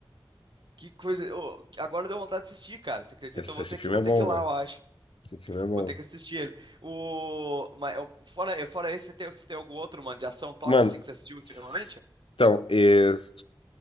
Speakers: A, on the right (about 60°); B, on the left (about 90°).
A: Que coisa. ô, agora deu vontade de assistir, cara. Você acredita?
B: Esse,
A: Eu vou
B: esse
A: ter
B: filme
A: que, vou
B: é
A: ter
B: bom,
A: que ir lá,
B: velho.
A: eu acho.
B: Esse filme é bom.
A: Vou ter que assistir ele. O, mas, eu- fora, eu- fora esse, você tem, você tem algum outro, mano, de ação top
B: Mano,
A: assim que você assistiu
B: s-
A: ultimamente?
B: então, es-